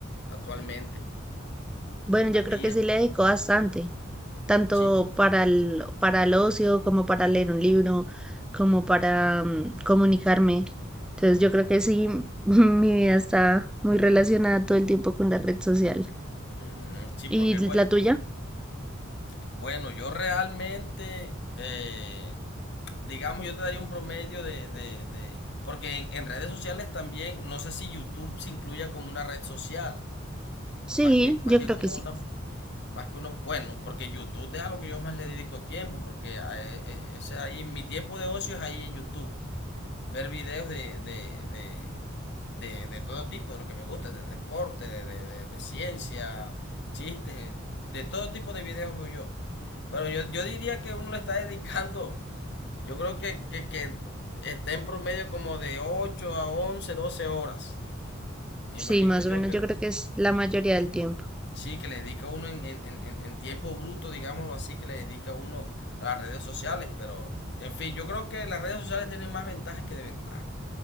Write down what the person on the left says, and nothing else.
actualmente?
¿Al
día?
Sí,
Mm, sí,
porque bueno,
bueno, yo realmente, eh, digamos, yo te daría un promedio de, de- de- porque en, en redes sociales también, no sé si YouTube se incluya como una red social,
más que, más
que
como
una... Más que uno, bueno, porque YouTube es a lo que yo más le dedico tiempo, porque a- e- e- ese ahí, mi tiempo de ocio es ahí en YouTube. Ver videos de, de, de, de, de todo tipo, de lo que me gusta, de deporte, de, de, de- de ciencia, chistes, de todo tipo de videos veo yo. Pero yo, yo diría que uno le está dedicando, yo creo que, que, que está en promedio como de 8 a 11 12 horas. Me imagino
yo
que...
Sí, que le dedica uno en, en- en- en en tiempo bruto, digámoslo así, que le dedica uno a las redes sociales, pero en fin, yo creo que las redes sociales tienen más ventajas que desventajas,